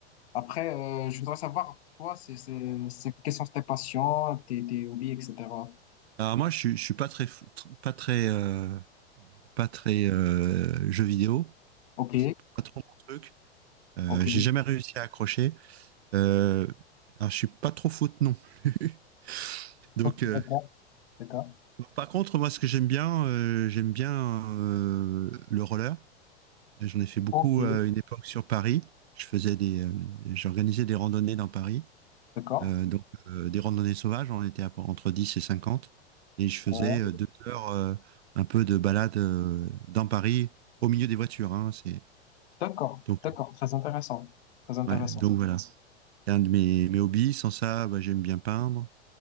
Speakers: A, on the left; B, on the right.
A: Après, euh, je voudrais savoir, toi, c'est, c'est, c'est, quelles sont tes passions, tes, tes hobbies, etc.
B: Alors moi, je, suis- je suis pas très, f- tr- pas très, euh, pas très euh, jeu vidéo.
A: Ok,
B: Ça c'est pas trop mon truc. Euh,
A: ok,
B: j'ai jamais réussi à accrocher. Euh, alors je suis pas trop foot non plus. <laughs> Donc euh,
A: d'accord, d'accord,
B: Bon, Par contre, moi, ce que j'aime bien, euh, j'aime bien euh, le roller. J'en ai fait beaucoup
A: ok,
B: à une époque sur Paris. Je faisais des, euh, j'organisais des randonnées dans Paris.
A: d'accord,
B: Euh, donc, euh, des randonnées sauvages, on était à- entre dix et cinquante, Et je faisais
A: ouais,
B: euh, deux heures euh, un peu de balade euh, dans Paris, au milieu des voitures. hein. c'est,
A: d'accord,
B: donc,
A: d'accord, très intéressant, très intéressant.
B: ouais, donc voilà. C'est un de mes, mes hobbies. Sans ça, bah, j'aime bien peindre.